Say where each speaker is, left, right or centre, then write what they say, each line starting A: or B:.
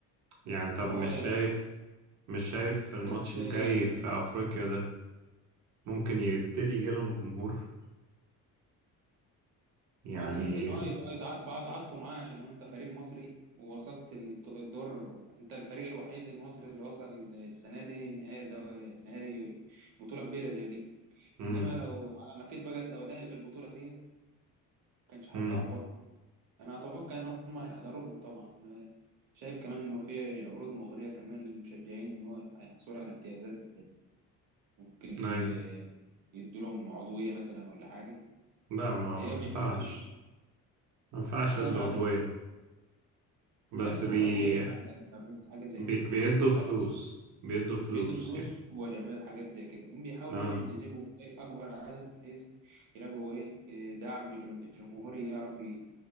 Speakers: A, on the right (about 55°); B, on the right (about 80°).
A: يعني طب
B: فهو
A: مش شايف مش شايف الماتش
B: بس
A: الجاي
B: آه،
A: في افريقيا ده ممكن يبتدي يجيلهم جمهور يعني
B: هو ممكن اه يتع- يتعاطف يتعاطفوا معاه عشان هو انت فريق مصري ووصلت الد- الدور انت الفريق الوحيد المصري اللي وصل السنه دي نهائي دو... نهائي بطوله كبيره زي دي
A: امم
B: انما لو على ما كنت بقت لو الاهلي في البطوله دي ما كانش حد
A: امم
B: عبر انا اتوقع ان هم هيحضروا لهم طبعا أنا شايف كمان انه في عروض مغريه كمان للمشجعين ان هو هيحصلوا على امتيازات ممكن
A: اي
B: آه، يدوا لهم عضويه مثلا ولا حاجه
A: لا ما
B: فهي
A: ما
B: بيحب
A: ينفعش ما ينفعش
B: سامع
A: يدوا عضوية
B: انا
A: بس
B: مش عارف
A: بي...
B: عضويه بين على الانترنت حاجه زي
A: بي...
B: كده
A: بيدوا
B: استثمار
A: فلوس بيدوا فلوس
B: بيدوا فلوس
A: يعني
B: ووجبات حاجات زي كده هم بيحاولوا
A: اه
B: ايه يجذبوا إيه اكبر عدد بحيث يلاقوا ايه إيه دعم جم- جمهوري يعرف